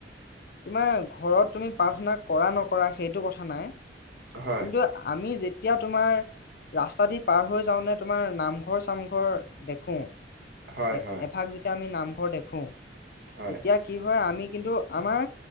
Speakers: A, on the left; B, on the right.
A: তোমাৰ ঘৰত তুমি প্ৰাৰ্থনা কৰা নকৰা সেইটো কথা নাই।
B: হয়।
A: কিন্তু আমি যেতিয়া এতিয়াও তোমাৰ ৰাস্তা দি পাৰ হৈ যাওঁ তেনে তোমাৰ নামঘৰ চামঘৰ দেখো।
B: হয়,
A: এ
B: হয়,
A: এফাগ যেতিয়া আমি নামঘৰ দেখো,
B: হয়,
A: তেতিয়া কি হয় আমি কিন্তু আমাৰ